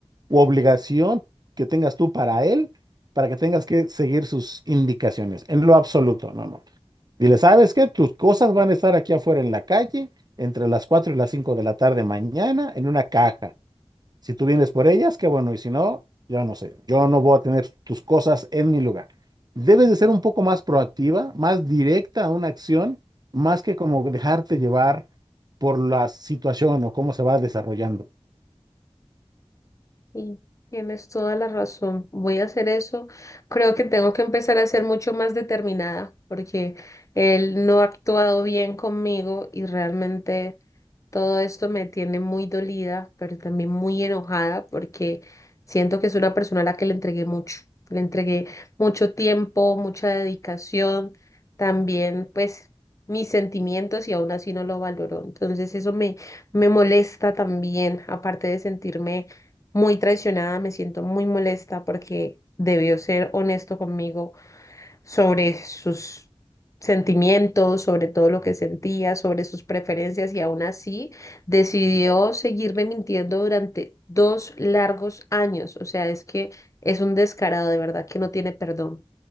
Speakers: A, on the right (about 40°); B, on the left (about 30°).
A: u obligación que tengas tú para él, para que tengas que seguir sus indicaciones, en lo absoluto. No, no. Dile, ¿sabes qué? Tus cosas van a estar aquí afuera en la calle entre las 4 y las 5 de la tarde mañana en una caja. Si tú vienes por ellas, qué bueno, y si no, yo no sé, yo no voy a tener tus cosas en mi lugar. Debes de ser un poco más proactiva, más directa a una acción, más que como dejarte llevar por la situación o cómo se va desarrollando.
B: Sí, tienes toda la razón. Voy a hacer eso. Creo que tengo que empezar a ser mucho más determinada porque él no ha actuado bien conmigo y realmente todo esto me tiene muy dolida, pero también muy enojada porque siento que es una persona a la que le entregué mucho. Le entregué mucho tiempo, mucha dedicación, también pues mis sentimientos y aún así no lo valoró. Entonces eso me, me molesta también, aparte de sentirme muy traicionada, me siento muy molesta porque debió ser honesto conmigo sobre sus sentimientos, sobre todo lo que sentía, sobre sus preferencias y aún así decidió seguirme mintiendo durante dos largos años. O sea, es que es un descarado, de verdad que no tiene perdón.